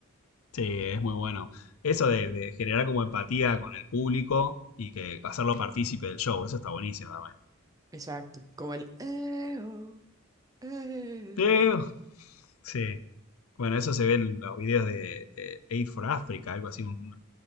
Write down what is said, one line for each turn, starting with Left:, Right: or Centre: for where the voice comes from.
Left: Sí, es muy bueno. Eso de, de generar como empatía con el público y que hacerlo partícipe del show, eso está buenísimo también.
Right: Exacto. Como el... "Eo, eh".
Left: Eh, Sí, bueno, eso se ve en los videos de eh, Aid for Africa, algo así, un-